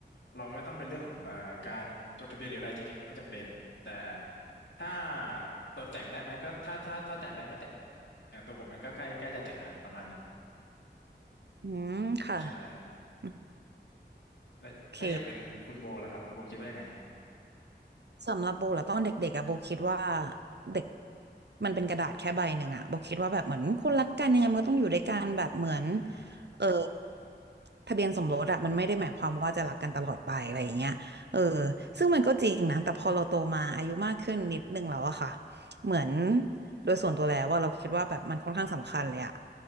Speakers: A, on the left (about 80°); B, on the right (about 65°).
A: เราไม่ต้องเป็นเรื่องของเอ่อการจดทะเบียนหรืออะไรจริงๆมันไม่จำเป็นแต่ถ้าตัวแต่งได้ไหมก็ถ้าถ้าถ้าแต่งได้ก็แต่งอย่างตัวผมมันก็ใกล้ใกล้จะแต่งงานประมาณนั้น
B: อืมค่ะ
A: ใช่
B: อืม
A: แล้วถ้าอย่างเป็นคุณโบล่ะครับคุณโบคิดว่ายังไง
B: โอเคสำหรับโบเหรอตอนเด็กๆอะโบคิดว่าเด็กมันเป็นกระดาษแค่ใบหนึ่งอะโบคิดว่าแบบเหมือนคนรักกันยังไงมันก็ต้องอยู่ด้วยกันแบบเหมือน
A: อืม
B: เออ ทะเบียนสมรสอะมันไม่ได้หมายความว่าจะรักกันตลอดไปอะไรอย่างเงี้ยเออซึ่งมันก็จริงนะแต่พอเราโตมาอายุมากขึ้นนิดนึงแล้วอะค่ะเหมือนโดยส่วนตัวแล้วว่าเราคิดว่าแบบมันค่อนข้างสำคัญเลยอะ